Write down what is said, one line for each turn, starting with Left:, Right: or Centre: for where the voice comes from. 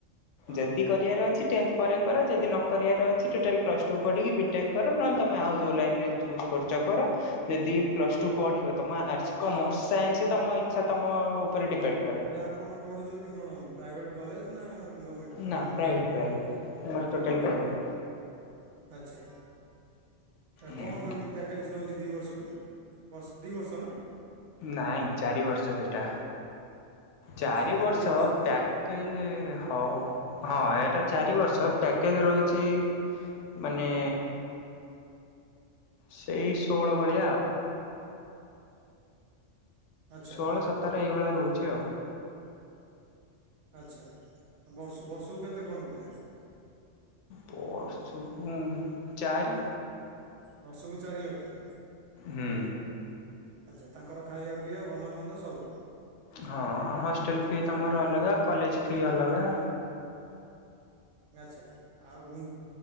Right: ହଁ
Left: ଯଦି କରିବାର ଅଛି ଟେନ୍ଥ ପରେ କର ଯଦି ନ କରିବାର ଅଛି ଟୋଟାଲ୍ ପ୍ଲସ୍ ଟୁ ପଢିକି ବିଟେକ୍ କର ନହେଲେ ତମେ ଆଉ ଯଉ ଲାଇନ ରେ ଚୁଜ୍ କରୁଛ। କର ଯଦି ପ୍ଲସ୍ ଟୁ ପଢିବ ତମ ଆର୍ଟସ କମର୍ସ ସାଇନ୍ସ ତମ ଇଛା ତମ ଉପରେ ଡିପେଣ୍ଡ କରେ।
Right: ଏଟା ଆପଣ ପଢୁଛନ୍ତି କଣ ପ୍ରାଇଭେଟ କଲେଜ ନା ଗଭମେଣ୍ଟ କଲେଜ?
Left: ନା ପ୍ରାଇଭେଟ୍ ପ୍ରାଇଭେଟ୍ ମୋର ଟୋଟାଲ୍ ପ୍ରାଇଭେଟ୍।
Right: ଆଚ୍ଛା।
Left: ହୁଁ।
Right: କଣ କେମତି ପ୍ୟାକେଜ ରହୁଛି ଦି ବର୍ଷକୁ ଦି ବର୍ଷ ନା?
Left: ନାଇଁ ଚାରି ବର୍ଷ ସେଟା।
Right: ଓ
Left: ଚାରି
Right: ଆଚ୍ଛା
Left: ବର୍ଷ
Right: ଟା
Left: ପ୍ୟାକେଜ ହ ହଁ। ଏଟା ଚାରି ବର୍ଷ ପ୍ୟାକେଜ ରହୁଛି ମାନେ ସେଇ ଷୋଳ ଭଳିଆ ଆଉ।
Right: ଆଚ୍ଛା
Left: ଷୋହଳ ସତର ଏଇଭଳିଆ ରହୁଛି ଆଉ।
Right: ଆଛା ବର୍ଷ ବର୍ଷକୁ କେତେ କଣ ପଡିଲା?
Left: ବର୍ଷକୁ ଚାରି
Right: ବର୍ଷକୁ ଚାରି ଲକ୍ଷ।
Left: ହୁଁ।
Right: ଆଚ୍ଛା ତାଙ୍କର ଖାଇବା ପିଇବା ଭଲ ମନ୍ଦ ସବୁ
Left: ହଁ ହଷ୍ଟେଲ
Right: ଖାଇ
Left: ଫି ତମର ଅଲଗା କଲେଜ ଫି ଅଲଗା।
Right: ଆଛା ଆଉ